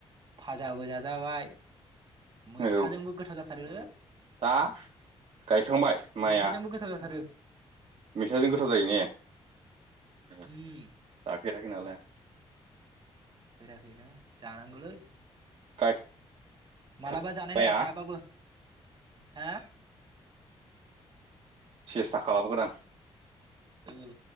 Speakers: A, on the right; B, on the right.
A: फाजाबो जाजाबाय मैथाजोंबो
B: औ
A: गोथाव जाथारो
B: दा गायखांबाय माइआ
A: मैथाजोंबो गोथाव जाथारो
B: मैथाजों
A: उम
B: गोथाव जायो ने जाफेराखै
A: उम
B: नालाय
A: जाफेराखै ना जानांगौलै
B: <inaudible>
A: मालाबा जानाय
B: गायखांबाया
A: नाय हायाबाबो हा
B: सेस्था खालामगोन आं
A: औ